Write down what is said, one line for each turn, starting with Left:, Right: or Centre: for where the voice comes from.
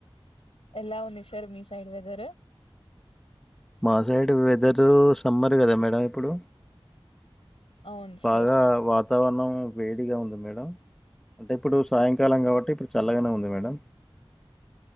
Left: ఎలా ఉంది సార్ మీ సైడ్ వెదరు
Centre: మా సైడ్ వెదరు సమ్మర్ కదా మేడం ఇప్పుడు
Left: అవును
Centre: బాగ
Left: సార్
Centre: వాతావరణం వేడిగా ఉంది మేడం అంటే ఇప్పుడు సాయంకాలం కాబట్టి ఇప్పుడు చల్లగానే ఉంది మేడం